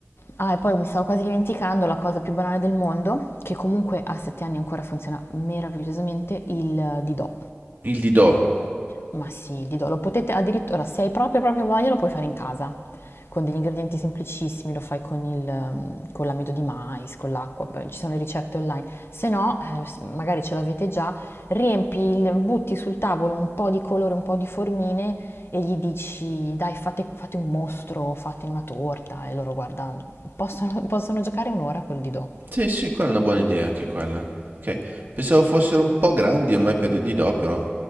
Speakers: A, on the left (about 70°); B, on the right (about 50°).
A: Ah, e poi mi stavo quasi dimenticando la cosa più banale del mondo, che comunque a sette anni ancora funziona meravigliosamente, il Didò.
B: Il didò.
A: Ma sì, Lido, lo potete addirittura, se hai proprio proprio voglia, lo puoi fare in casa, con degli ingredienti semplicissimi, lo fai con il, ehm, con l'amido di mais, con l'acqua, poi ci sono le ricette online. Se no, eh, s- magari ce l'avete già, riempi, il- butti sul tavolo un po' di colore, un po' di formine e gli dici, dai, fate, fate un mostro, fate una torta, e loro, guarda, possono, possono giocare un'ora col Lido.
B: Sì, sì, quella è una buona idea anche quella. Ok. Pensavo fossero un po' grandi ormai per il Didò, però